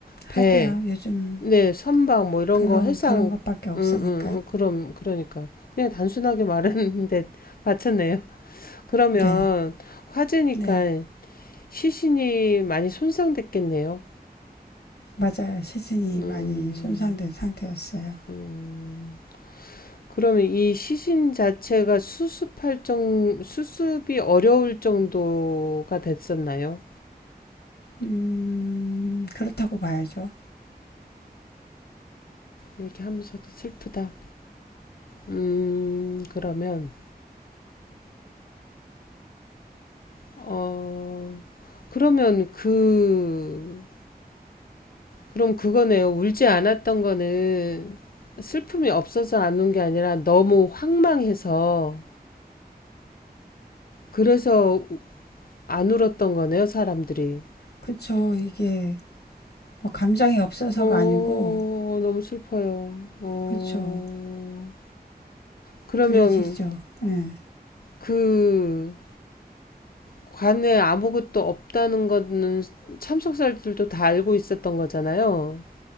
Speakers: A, on the left (about 65°); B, on the left (about 85°).
A: 배,
B: 하게야, 요즘
A: 네, 선박 뭐 이런
B: 그런,
A: 거 해상,
B: 그런 것밖에 없으니까.
A: 음, 음, 음, 그럼, 그러니까. 그냥 단순하게 말했는데 <laughs> 맞췄네요. 그러면
B: 네,
A: 화재니까
B: 네.
A: 시신이 많이 손상됐겠네요.
B: 맞아요. 시신이
A: 음,
B: 많이 손상된 상태였어요.
A: 음. 그러면 이 시신 자체가 수습할 정, 수습이 어려울 정도가 됐었나요?
B: 음, 그렇다고 봐야죠.
A: 얘기하면서도 슬프다. 음, 그러면, 어, 그러면 그, 그럼 그거네요. 울지 않았던 거는 슬픔이 없어서 안 운 게 아니라 너무 황망해서 그래서 안 울었던 거네요, 사람들이.
B: 그쵸. 이게 뭐 감정이 없어서가
A: 어,
B: 아니고,
A: 너무 슬퍼요. 어,
B: 그쵸.
A: 그러면
B: 그려지죠. 예.
A: 그 관에 아무것도 없다는 거는 참석자들도 다 알고 있었던 거잖아요.